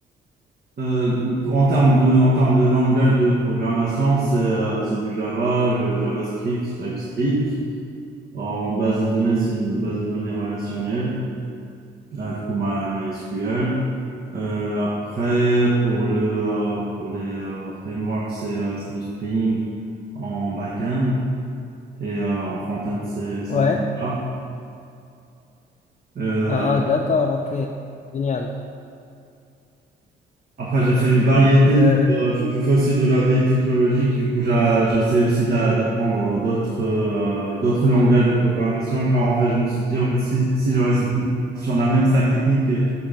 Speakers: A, on the right; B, on the left.
A: euh, en termes de, en termes de langage de programmation, c'est euh, c'est du Java, je- JavaScript, TypeScript. En base de données, c'est une base de données relationnelle, euh, du coup, My- MySQL. Euh, après, pour le, euh, pour les euh, frameworks, c'est euh, c'est du Spring en back-end et euh, en front-end, c'est c'est
B: Ouais.
A: Angular. Euh,
B: Ah, d'accord, ok. Génial.
A: Après, j'ai fait une variété
B: Euh,
A: de. euh, Je je fais aussi de la veille technologique. Du coup, j'a- j'essaie aussi d'a- d'apprendre d'autres euh, d'autres langages de programmation. Car en fait, je me suis dit, en fait, si, si je reste sur la même stack technique euh,